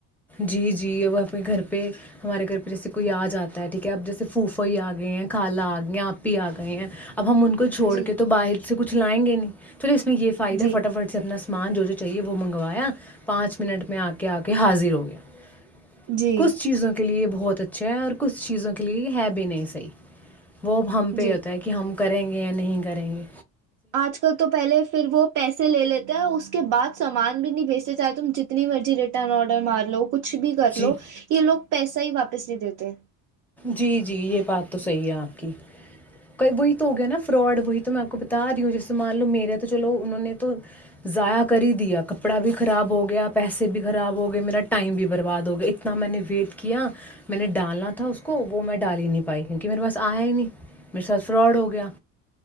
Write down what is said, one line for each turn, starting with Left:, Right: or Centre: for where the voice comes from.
Centre: جی جی اب اپنے گھر پہ ہمارے گھر پہ جیسے کوئی آ جاتا ہے ٹھیک ہے اب جیسے پھوفا ہی آ گئے ہیں کالا آ گئے ہیں آپ ہی آ گئے ہیں اب ہم ان کو چھوڑ
Right: جی
Centre: کے تو باہر سے کچھ لائیں گے نہیں <unintelligible> چلو اس میں یہ فائدہ
Right: جی
Centre: فٹا فٹ سے اپنا سامان جو چاہیے وہ منگوایا پانچ منٹ میں آ کے آ کے حاضر ہو گا <inaudible>
Right: جی
Centre: کس چیزوں <unintelligible> کے لیے بہت اچھا ہے اور کچھ چیزوں کے لیے ہے بھی نہیں صحی وہ اب ہم پہ
Right: جی
Centre: یہ ہوتا ہے کہ ہم کریں گے یا نہیں کریں گے
Right: آج کل تو پہلے پھر وہ پیسے لے لیتے ہیں اس کے بعد س سامان بھی نہیں بھیچتے چاہے تم جتنی مرضی ریٹرن آرڈر مار لو کچھ بھی کر
Centre: جی
Right: لو یہ لوگ پیسہ ہی واپس نہیں دیتے
Centre: جی جی یہ بات تو صحیح ہے آپ کی وہی تو ہو گیا نا فراڈ وہی تو میں آپ کو بتا رہی ہوں جیس مان لو میرے تو چلو انہوں نے تو ضائع کر ہی دیا کپڑا بھی خراب ہو گیا پیسے بھی خراب ہو گئے میرا ٹائم بھی برباد ہو گیا اتنا میں نے ویٹ کیا میں نے ڈالا تھا کو وہ میں ڈال ہی نہیں پائی کیونکہ میرے پاس آیا ہی نہیں میرے ساتھ فراڈ ہو گیا